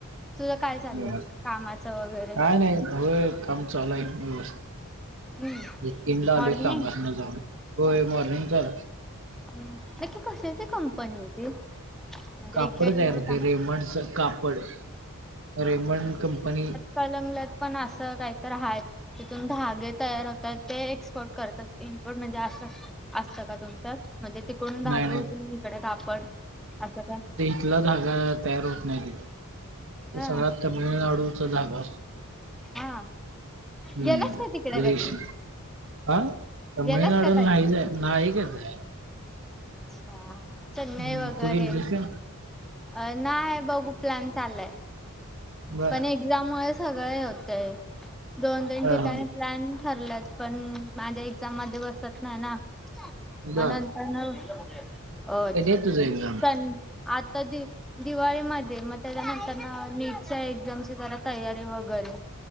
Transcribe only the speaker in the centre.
तुझं काय चाललंय
कामाचं वगैरे
हम्म
मॉर्निंग
हम्म नक्की कशाची कंपनी होती? म्हणजे
एक्झॅक्ट
मला
सांग
कलंगलत पण असं काहीतर आहेत. तिथून धागे तयार होतात ते एक्सपोर्ट करतात इम्पोर्ट म्हणजे असं असतं का तुमच्यात म्हणजे तिकडून धागे
उतून इकडे तापड असं काय
हा
हा.
गेलास का तिकडे
कधी
गेलास का
कधी
अच्छा चेन्नई
वगैरे
अ नाही बघू प्लॅन चाललाय
पण एक ज्यामुळे सगळे होतेय दोन-तीन
ठिकाणी
प्लॅन ठरलेत पण माझ्या एक्झाम मध्ये बसत नाही ना म
नं हा नाव अ
चन आता दि दिवाळीमध्ये मग त्याच्यानंतर ना नीटच्या एक्झामची जरा तयारी वगैरे